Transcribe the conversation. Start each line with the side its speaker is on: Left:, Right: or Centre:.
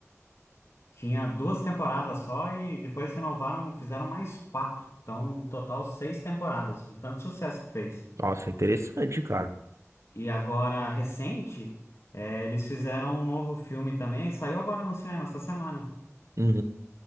Left: Tinha duas temporadas só e depois renovaram, fizeram mais quatro. Então, no total, seis temporadas, de tanto sucesso que fez.
Right: Nossa, interessante, cara.
Left: E agora, recente, é, eles fizeram um novo filme também, saiu agora no cinema essa semana.
Right: Uhum.